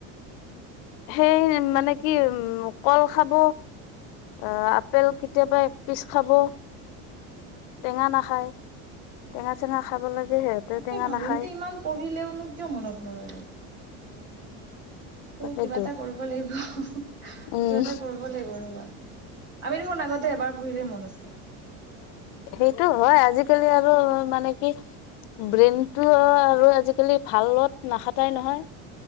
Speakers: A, on the left; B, on the right.
A: সেই মানে কি কল খাব! অ আপেল কেতিয়াবা -- একপিচ খাব টেঙা নাখায় টেঙা চেঙা খাব লাগে সিহঁতে
B: তাকে
A: টেঙা
B: ভাবো
A: নাখায়
B: সিহতে ইমান পঢ়িলেওনো কিয় মনত নৰয়? তটো
A: তাকেতো
B: কিবা এটা কৰিব লাগিব কিবা
A: উম,
B: এটা কৰিব লাগিব ৰবা। আমি দেখোন আগতে এবাৰ পঢ়িলেই মনত ৰয়
A: সেইটো হয় আজি কালি আৰু মানে কি ব্ৰেইনটো আৰু আজিকালি ভালত নাখাতাই নহয়।